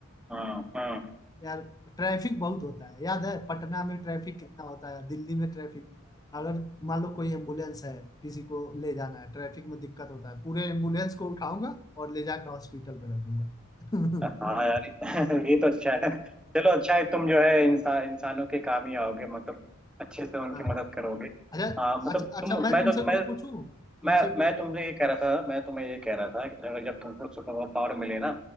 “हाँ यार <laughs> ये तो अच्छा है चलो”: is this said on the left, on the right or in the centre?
Centre